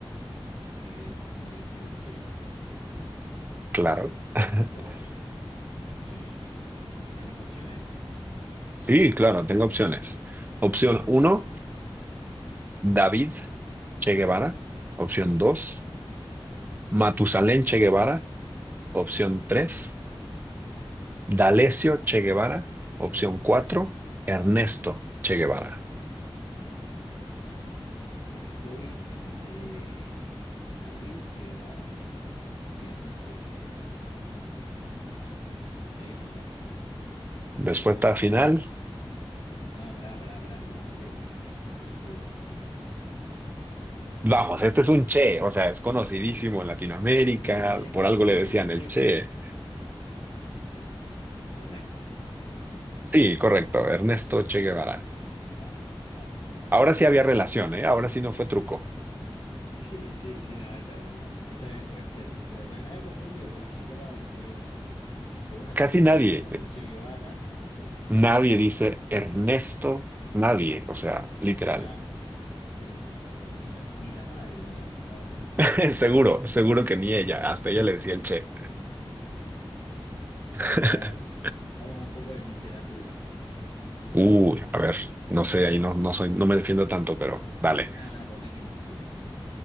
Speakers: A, on the left; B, on the right.
A: que de- no debe ser el Che, porque obviamente
B: Claro.
A: era
B: <laughs>
A: el apodo. ¿Y tenés opciones?
B: Sí, claro, tengo opciones. Opción uno, David Che Guevara. Opción 2, Matusalén Che Guevara. Opción 3. D'Alessio Che Guevara, opción 4. Ernesto Che Guevara.
A: Estoy entre David Che Guevara y Ernesto Che Guevara. De ahí no sale. Pero
B: Respuesta
A: ¿cuál de las
B: final.
A: dos es? No, pará, pará, pará, no me apures. Este,
B: Vamos, este es un Che, o sea, es conocidísimo en Latinoamérica,
A: sí, es
B: por
A: conocido,
B: algo le decían
A: yo sé,
B: el Che.
A: pero me... Sí, sí, sí. Ernesto.
B: Sí, correcto, Ernesto Che Guevara.
A: Va, vamos, todavía.
B: Ahora
A: <laughs>
B: sí había relación, ¿eh? Ahora sí no fue truco.
A: Sí, sí, sí, no, esta, era- esta vez fue en serio. Pero me, me había confundido porque no me acordaba bien cuál era el nombre. Porque uno
B: Casi
A: siempre lo
B: nadie,
A: conoce como Che Guevara, entonces,
B: nadie dice Ernesto, nadie, o sea, literal.
A: claro. Sí, sí, sí, sí. Ni la, ni la madre lo debe haber conocido
B: <laughs>
A: como Ernesto.
B: Seguro, seguro que ni ella,
A: <laughs>
B: hasta ella le decía el Che. <laughs>
A: A ver, vamos a un poco de literatura.
B: Uy, a ver, no sé, ahí no, no soy, no me defiendo tanto, pero dale.
A: No, no, pero tranquila, tranquila, tranquila.